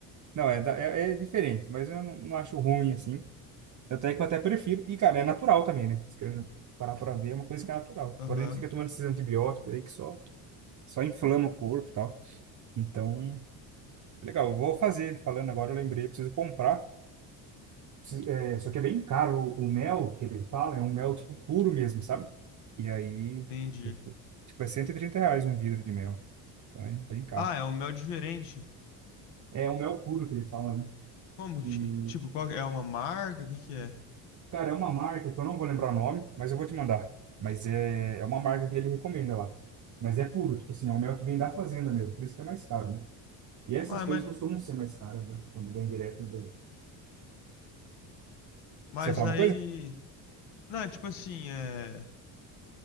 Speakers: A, on the right; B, on the left.
A: Não, é, da- é, é diferente, mas eu não, não acho ruim assim. Até que eu até prefiro. E, cara, é natural também, né? Se querendo parar pra ver, é uma coisa que é natural.
B: Aham,
A: Agora a gente fica tomando esses antibióticos aí que só, só inflama o corpo e tal. Então, é legal. Eu vou fazer. Falando agora, eu lembrei, preciso comprar. Preciso- é, só que é bem caro o, o mel que ele fala, é um mel tipo puro mesmo, sabe? E aí,
B: entendi.
A: eu fui- tipo, é 130 reais um vidro de mel. Então é bem caro.
B: Ah, é um mel diferente.
A: É o mel puro que ele fala,
B: Como?
A: né?
B: Ti- Tipo, qual é É uma marca? O que que é?
A: Cara, é uma marca que eu não vou lembrar o nome, mas eu vou te mandar. Mas é, é uma marca que ele recomenda lá. Mas é puro, tipo assim, é um mel que vem da fazenda mesmo, por isso que é mais caro, né? E essas
B: Ué,
A: coisas
B: mas,
A: costumam ser mais caras, né? Quando vem direto do...
B: mas
A: Você ia falar
B: aí.
A: uma coisa?
B: Não, é tipo assim, é.